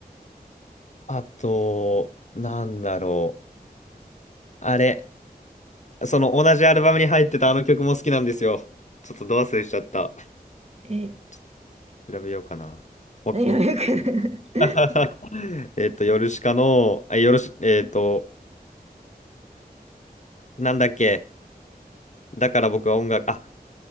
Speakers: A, on the left; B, on the right.
A: あと、なんだろう。あれ、その同じアルバムに入ってたあの曲も好きなんですよ。ちょっとド忘れしちゃった。
B: え、
A: ちょっと調べようかな。もう
B: 何がよく <laughs>
A: <laughs> えっと、ヨルシカの、あヨルシ、えっと、なんだっけ。だから僕は音楽、あ、